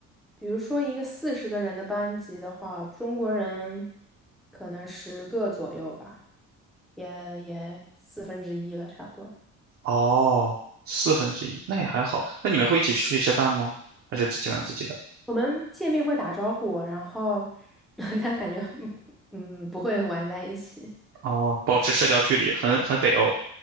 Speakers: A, in the centre; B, on the right (about 45°).
A: 比如说一个四十个人的班级的话，中国人可能十个左右吧，也也四分之一了，差不多。
B: 哦，四分之一，那也还好。那你们会一起出去吃饭吗？还是自己玩自己的？
A: 我们见面会打招呼，然后 <laughs> 但感觉嗯嗯不会玩在一起。
B: 哦，保持社交距离，很很北欧。